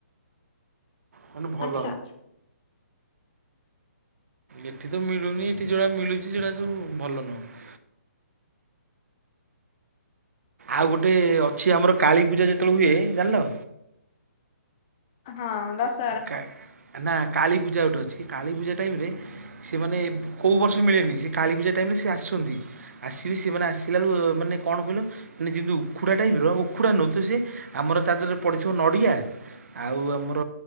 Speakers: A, on the right; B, on the left.
A: ମାନେ ଭଲ
B: ଆଚ୍ଛା।
A: ଏଠି ତ ମିଳୁନି ଏଠି ଯୋଉଟା ମିଳୁଛି ସେଟା ସବୁ ଭଲ ନୁହଁ। ଆଉ ଗୋଟେ ଅଛି ଆମର କାଳୀ ପୂଜା ଯେତଳେ ହୁଏ ଜାଣିଲ
B: ହଁ ଦଶ୍
A: କା, ନା କାଳୀପୂଜା ଗୋଟେ ଅଛି, କାଳୀପୂଜା ଟାଇମରେ ସିଏ ମାନେ କୋଉ ବର୍ଷ ମିଳେନି ସେ କାଳୀପୂଜା ଟାଇମରେ ସେ ଆସନ୍ତି। ଆସିବି ସିଏ ମାନେ ଆସିଲାଳୁ ମାନେ କଣ କହିଲ ମାନେ ଯେମିତି ଉଖୁଡ଼ା ଟାଇପର ଉଖୁଡ଼ା ନୁହଁ ତ ସିଏ ଆମର ତା ଦେହରେ ପଡ଼ିଥିବ ନଡିଆ ଆଉ ଆମର